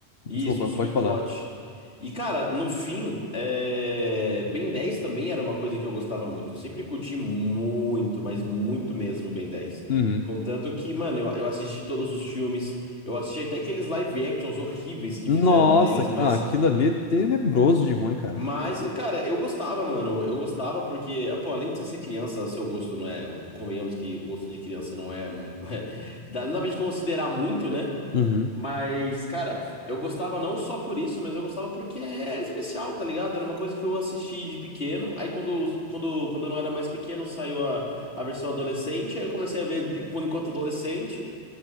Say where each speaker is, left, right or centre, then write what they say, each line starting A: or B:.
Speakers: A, on the left; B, on the left.
A: Desculpa,
B: Isso, um subplot.
A: pode falar.
B: E, cara, no fim, é... Ben 10 também era uma coisa que eu gostava muito. Eu sempre curti muito, mas muito mesmo Ben dez
A: Uhum.
B: Contanto que, mano, eu, eu assisti todos os filmes. Eu assisti até aqueles live actions horríveis que
A: Nossa,
B: fizeram deles, mas.
A: ah, aquilo ali é tenebroso de ruim, cara.
B: Mas, cara, eu gostava, mano. Eu gostava porque, pô, além de você ser criança, seu gosto não é. Convenhamos que o gosto de criança não é. <laughs> Dá- Não dá pra gente considerar muito, né?
A: Uhum.
B: Mas, cara, eu gostava não só por isso, mas eu gostava porque era especial, tá ligado? Era uma coisa que eu assisti de pequeno. Aí quando, quando, quando eu não era mais pequeno, saiu a, a versão adolescente. Aí eu comecei a ver enquanto enquanto adolescente.